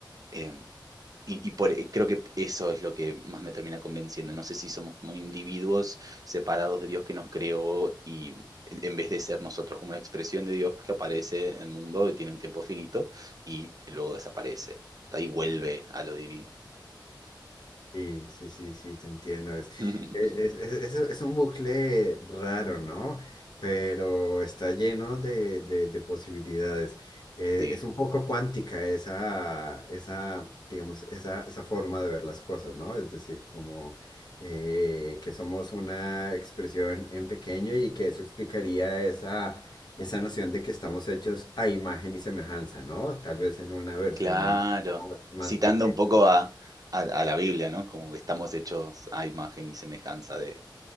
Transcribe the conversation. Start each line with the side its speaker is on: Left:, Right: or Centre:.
Right: em, y, y por, y creo que eso es lo que más me termina convenciendo. No sé si somos como individuos separados de Dios que nos creó y en en vez de ser nosotros como una expresión de Dios que aparece en el mundo y tiene un tiempo finito y luego desaparece. Ahí vuelve a lo divino.
Left: Sí, sí, sí, sí, te entiendo. Es,
Right: <laughs>
Left: e, es, es- es- es un bucle raro, ¿no? Pero está lleno de, de- de posibilidades. Eh,
Right: Sí,
Left: es un poco cuántica esa, esa, digamos, esa, esa forma de ver las cosas, ¿no? Es decir, como eh, que somos una expresión en pequeño y que eso explicaría esa, esa noción de que estamos hechos a imagen y semejanza, ¿no? Tal vez en una versión
Right: claro.
Left: más, más
Right: Citando
Left: pequeña.
Right: un poco a, a- a la Biblia, ¿no? Como que estamos hechos a imagen y semejanza de,